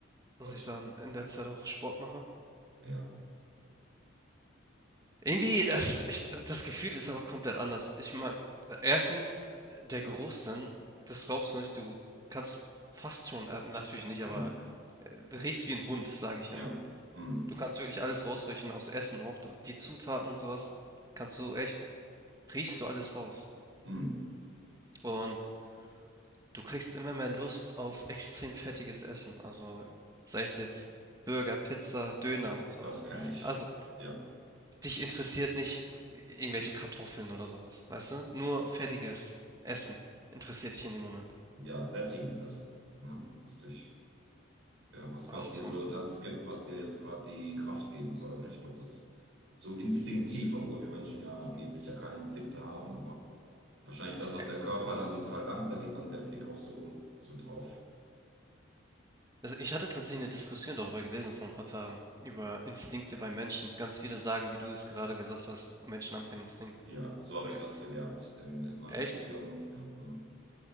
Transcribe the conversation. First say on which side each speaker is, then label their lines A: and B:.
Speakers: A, on the right; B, on the right.
A: Gott,
B: dass ich dann in der Zeit auch Sport mache.
A: ja.
B: Irgendwie, das, ich, das Gefühl ist aber komplett anders. Ich meine, erstens, der Geruchssinn, das glaubst du nicht, du kannst fast schon, äh, natürlich nicht,
A: Hm.
B: aber äh, riechst wie ein Hund, sage ich
A: Ja.
B: immer.
A: Hm.
B: Du kannst wirklich alles rausriechen, aus Essen auch. Du, die Zutaten und sowas kannst du echt, riechst du alles raus.
A: Hm.
B: Und Du kriegst immer mehr Lust auf extrem fettiges Essen, also sei es jetzt Burger, Pizza, Döner
A: Ja,
B: und sowas.
A: das kann ich.
B: Also
A: Ja,
B: dich interessiert nicht irgendwelche Kartoffeln oder sowas, weißt du? Nur fettiges Essen interessiert dich in dem Moment.
A: ja, sättigendes. Ne? Was dich, ja, was,
B: Oder
A: was
B: auch
A: dir
B: so.
A: so das gibt, was dir jetzt gerade die Kraft geben soll. Ne? Ich glaube, das so instinktiv, obwohl wir Menschen ja angeblich ja keine Instinkte haben, aber wahrscheinlich das, was
B: Ä-
A: der Körper dann so verlangt, da geht dann der Blick auch so, so drauf.
B: Also ich hatte tatsächlich eine Diskussion darüber gelesen vor ein paar Tagen, über Instinkte bei Menschen. Ganz viele sagen, wie du es gerade gesagt hast, Menschen haben keinen Instinkt.
A: Ja, so
B: Aber
A: habe ich
B: e-
A: das gelernt in, in meinem
B: echt?
A: Studium. Ja. hm.